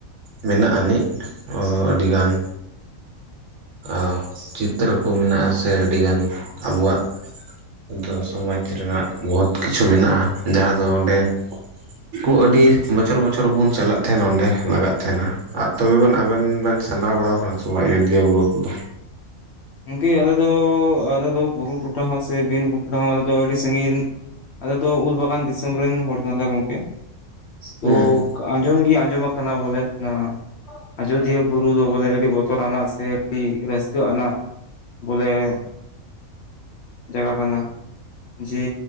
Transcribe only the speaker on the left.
ᱩᱱᱠᱤ ᱟᱞᱮ ᱫᱚ ᱟᱞᱮ ᱫᱚ ᱵᱩᱨᱩ ᱴᱚᱴᱷᱟ ᱦᱚᱸ ᱥᱮ ᱵᱤᱨ ᱵᱩᱨᱩ ᱴᱚᱴᱷᱟ ᱦᱚᱸ ᱟᱞᱮ ᱫᱚ ᱟᱹᱰᱤ ᱥᱟᱺᱜᱤᱧ ᱟᱞᱮ ᱫᱚ ᱩᱞ ᱵᱟᱜᱟᱱ ᱫᱤᱥᱚᱢ ᱨᱮᱱ ᱦᱚᱲ ᱠᱟᱱᱟᱞᱮ ᱜᱚᱝᱠᱮ
ᱛᱚ ᱟᱸᱡᱚᱢ ᱜᱮ ᱟᱸᱡᱚᱢ ᱟᱠᱟᱱᱟ ᱵᱚᱞᱮ ᱚᱱᱟ ᱟᱡᱚᱫᱤᱭᱟᱹ ᱵᱩᱨᱩ ᱫᱚ ᱵᱚᱞᱮ ᱟᱹᱰᱤ ᱵᱚᱛᱚᱨ ᱟᱱᱟᱜ ᱥᱮ ᱯᱤ ᱨᱟᱹᱥᱠᱟᱹ ᱟᱱᱟᱜ ᱵᱚᱞᱮ ᱡᱟᱭᱜᱟ ᱠᱟᱱᱟ ᱡᱮ